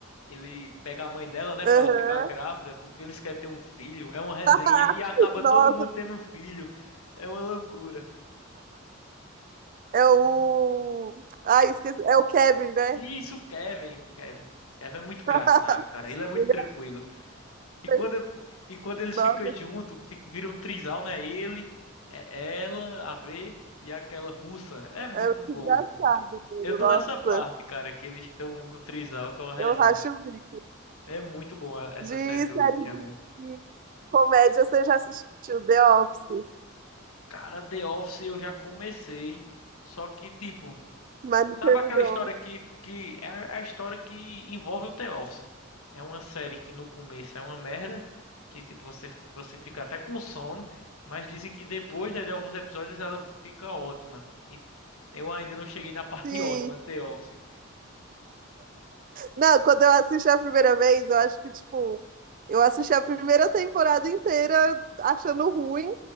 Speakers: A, on the left; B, on the right.
A: Ele pega a mãe dela, né,
B: Aham.
A: pra ela ficar grávida, porque eles querem ter um filho. É uma resenha
B: <laughs>
A: e acaba
B: Nossa,
A: todo mundo tendo um filho. É uma loucura.
B: é o.
A: É
B: Ai, esqueci. É o Kevin, né?
A: Isso, o Kevin, o Kevin. O Kevin é muito engraçado,
B: <laughs>
A: cara. Ele é muito
B: Ele
A: tranquilo. E quando,
B: é-
A: e quando eles
B: Nossa,
A: ficam juntos, fica, vira um trisal, né? Ele, é ela, a V e aquela russa. É muito
B: é muito
A: bom,
B: engraçado,
A: pô.
B: mano.
A: Eu tô nessa parte,
B: Nossa,
A: cara, que eles estão no trisal que é uma resenha.
B: eu racho o bico.
A: É muito bom a- essa
B: De série
A: série do Shyamalan.
B: de Comédia, você já assistiu The Office,
A: Cara, The Office eu já comecei, só que tipo
B: mas não
A: Sabe
B: terminou.
A: aquela história que, que é é a história que envolve o The Office? É uma série que no começo é uma merda, que tipo, você, você fica até com sono, mas dizem que depois né, de alguns episódios ela fica ótima. E eu ainda não cheguei na parte
B: Sim.
A: <laughs> ótima do The Office.
B: Não, quando eu assisti a primeira vez, eu acho que, tipo, eu assisti a primeira temporada inteira achando ruim,